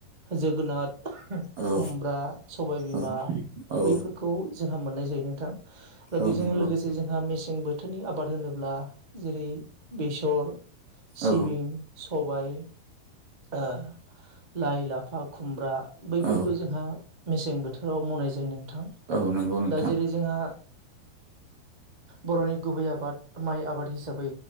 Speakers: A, on the right; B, on the right.
A: जोगोनाथ
B: औ
A: खुमब्रा सबायबिमा।
B: औ औ
A: बैफोरखौ जोंहा मोननाय जायो नोंथां
B: औ
A: बेजों
B: नंगौ
A: लोगोसे जोंहा मेसें बोथोरनि आबाद होनो ब्ला जेरै बेसर सिबिं
B: औ
A: सबाय ओ लाइ लाफा खुमब्रा बैफोरखौ
B: औ
A: जोंहा मेसें बोथोराव मावनाय जायो नोंथां।
B: औ नंगौ नोंथां
A: दा जेरै जोंहा बर'नि गुबै आबाद माइ आबाद हिसाबै